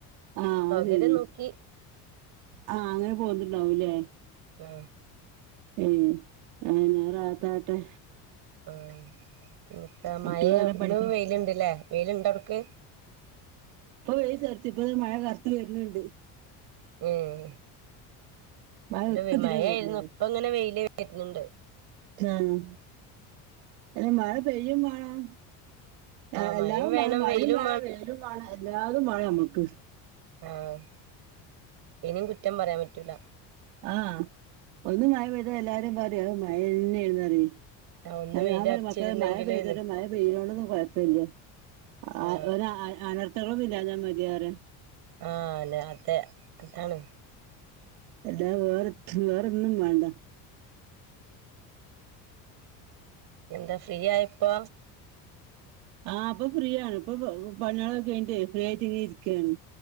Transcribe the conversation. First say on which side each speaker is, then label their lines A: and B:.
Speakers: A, on the right; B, on the right.
A: ആഹ്
B: സൗകര്യം
A: അത് ശെരി
B: നോക്കി
A: ആഹ് അങ്ങനെ പോന്നിണ്ടാവൂല്ലേ?
B: ആ
A: ഏഹ് അഹനെ റാഹത്താട്ടെ.
B: ആഹ് പിന്നത്ത മഴ
A: കുട്ടികള് നല്ലോം
B: ഇന്ന്
A: പഠിക്കണം
B: വെയിൽണ്ട്ല്ലേ വെയില്ണ്ട് അവടക്ക്?
A: ഇപ്പൊ വെയിതെർച്ചി ഇപ്പൊ മഴ കർത്ത് വര്ണ് ണ്ട്.
B: ഉം.
A: മഴ
B: ഇന്റെ
A: ഒട്ടുതിലെ
B: വ്വെ മഴ
A: വര്ണത്
B: ആയിരുന്നു പ്പ ഇങ്ങനെ വെയില് വരുന്നുണ്ട്.
A: ആഹ് ഹെ മഴ പെയ്യും വെണം
B: ആ
A: ഏഹ് എല്ലാവും
B: മഴയും വേണം
A: വാണം മഴും
B: വെയിലും
A: വേണം വെലും വേണം എല്ലാതും വേണം നമ്മക്ക്.
B: ആഹ് ഇനിം കുറ്റം പറയാൻ പറ്റൂല.
A: ആഹ് ഒന്ന് മഴ പെയ്താ എല്ലാരും പറിം അഹ് മഴ തന്നെ ഏർന്ന് പറിയും.
B: ആ ഒന്ന്
A: അഹ്
B: വെയിലറച്ചിരുന്നെങ്കില്ന്ന്
A: ഞാൻ പറിം മക്കള മഴ പെയ്തോണ്ടെ മഴ പെയോണ്ടൊന്നും കൊഴ പല്യ
B: ആ
A: ആഹ ഒര അഹ് ആഹ് അനർത്ഥങ്ങളൊന്നും ഇല്യഞാ മതിഅറ്യ
B: ആഹ് അല്ലെ അതെ അതാണ്.
A: എല്ലാ വേറെ ത്തുഹ് വേറൊന്നും വെണ്ട
B: എന്താ ഫ്രീആയപ്പോ?
A: ആഹ് പ്പ ഫ്രീ ആണ് ഇപ്പൊ പ്പഹ പണിയാൾ ഒക്കെ കയിട്ട് ഫ്രീ ആയിട്ട് ഇങ്ങനെ ഇരിക്കാണ്.